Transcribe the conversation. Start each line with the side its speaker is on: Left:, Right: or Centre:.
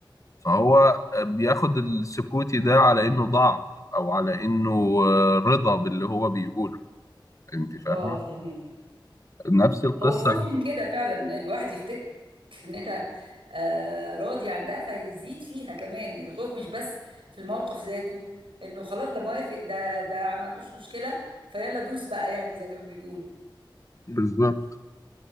Left: فهو بياخد السكوتي ده على انه ضعف او على انه رضا باللي هو بيقوله انت فاهمه
Right: اه فهمك
Left: نفس القصه
Right: هو الخوف من كده فعلا إن الواحد يفتكر ان انت آه، راضي عن ده فيزيد فيها كمان الخوف مش بس في الموقف ذاته انه خلاص ده موافق ده ده ما عندوش مشكلة فيلا دوس بقى يعني زي ما بيقول
Left: بالظبط